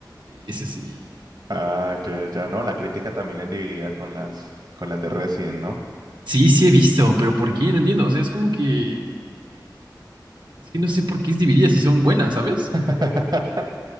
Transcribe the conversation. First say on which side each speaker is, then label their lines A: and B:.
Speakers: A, on the right; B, on the right.
A: Sí, sí, sí.
B: Ah, ya, ya, ya, no, la crítica también es dividida con las, con las de Resident, ¿no?
A: Sí, sí he visto, pero ¿por qué? No entiendo. O sea, es como que... eh, Es que no sé por qué es dividida si son buenas, ¿sabes?
B: <laughs>